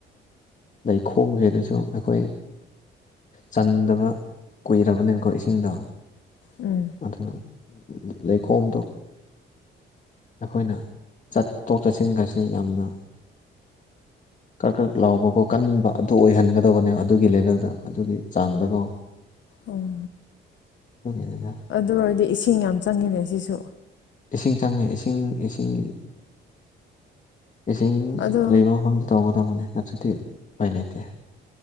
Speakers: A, on the left; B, on the left.
A: ꯂꯩ ꯈꯣꯝꯗꯩꯗꯁꯨ ꯑꯩꯈꯣꯏ ꯆꯟꯗꯕ ꯀꯨꯏꯔꯕꯅꯤꯅꯀꯣ ꯏꯁꯤꯡꯗꯣ
B: ꯎꯝ ꯎꯝ
A: ꯑꯗꯨ ꯂꯩꯈꯣꯝꯗꯨ ꯑꯩꯈꯣꯏꯅ ꯆꯠꯊꯣꯛ ꯆꯠꯁꯤꯟꯒꯁꯦ ꯌꯥꯝꯅ ꯀꯔꯛ ꯀꯔꯛ ꯂꯥꯎꯕꯀꯣ ꯀꯟꯅ ꯑꯗꯨ ꯑꯣꯏꯍꯟꯒꯗꯕꯅꯦꯕ ꯑꯗꯨꯒꯤ ꯂꯦꯚꯦꯜꯗ ꯑꯗꯨꯒꯤ ꯆꯥꯡꯗꯀꯣ
B: ꯑꯣ
A: ꯑꯗꯨꯅꯤꯗꯅ
B: ꯑꯗꯨ ꯑꯣꯏꯔꯗꯤ ꯏꯁꯤꯡ ꯌꯥꯝ ꯆꯪꯉꯤꯅꯦ ꯁꯤꯁꯨ
A: ꯏꯁꯤꯡ ꯆꯪꯉꯦ ꯏꯁꯤꯡ ꯏꯁꯤꯡꯒꯤ ꯏꯁꯤꯡ
B: ꯑꯗꯣ
A: ꯂꯩꯕ ꯃꯐꯝꯗ ꯇꯧꯒꯗꯕꯅꯤ ꯅꯠꯇ꯭ꯔꯗꯤ ꯎꯥꯄꯏ ꯂꯩꯇꯦ